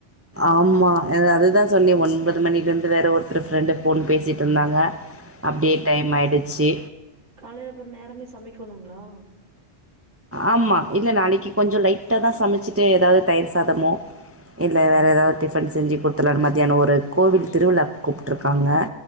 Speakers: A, on the right; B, on the right.
A: ஆமா அ அதுதா சொன்னே ஒன்பது மணில இருந்து வேற ஒருத்தர் ஃப்ரெண்டு ஃபோன் பேசிட்ருந்தாங்க அப்டே டைம் ஆயிடுச்சு
B: கால அப்றோ நேரமே சமைக்கணுங்ளா
A: ஆமா இல்ல நாளைக்கு கொஞ்சோ லைட்டா தா சமைச்சிட்டு ஏதாவது தயிர் சாதமோ இல்ல வேற ஏதாவது டிஃபன் செஞ்சு குடுத்துற்லான் மத்தியானோ ஒரு கோவில் திருவிழாவுக் கூப்பிட்ருக்காங்க